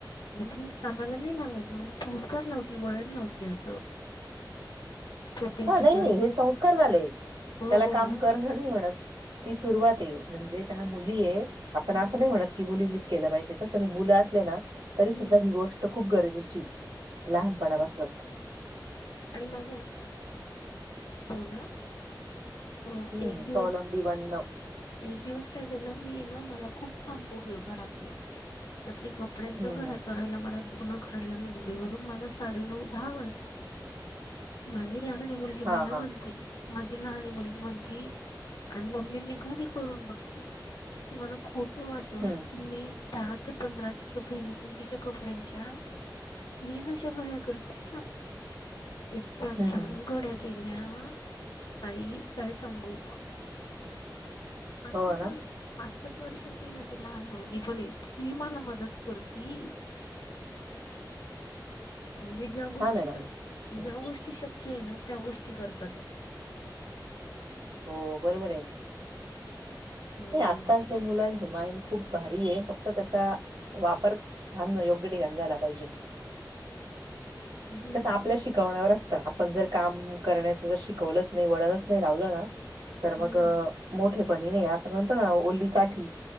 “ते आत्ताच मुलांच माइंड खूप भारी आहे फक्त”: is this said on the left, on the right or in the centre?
Right